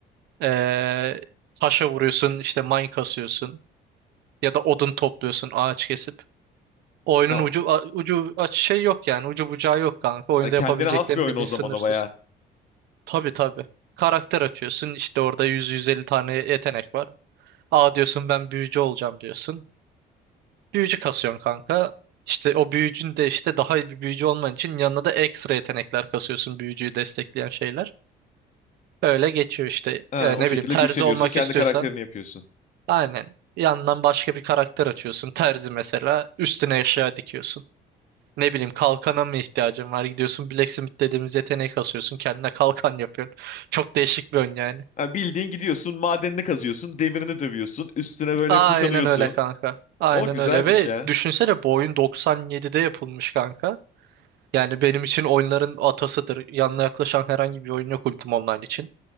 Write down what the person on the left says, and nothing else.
Ha, o-
ha, kendine
has bir oyun
o zaman
o bayağı.
Ha,
o
şekilde
güçleniyorsun,
kendi
karakterini yapıyorsun.
Ha, bildiğin gidiyorsun, madenini kazıyorsun, demirini dövüyorsun, üstüne böyle
kuşanıyorsun.
O güzelmiş
ya.